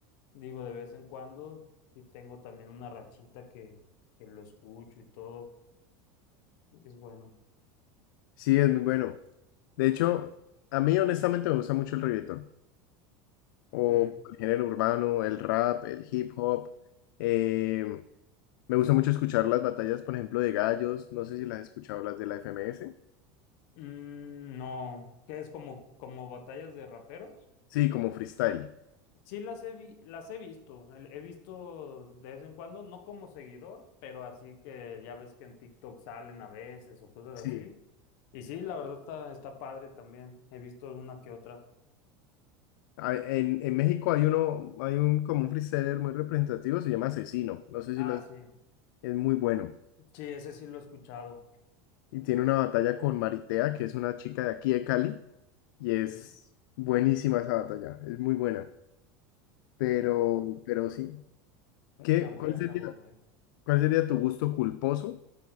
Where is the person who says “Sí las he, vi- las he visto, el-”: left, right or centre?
Left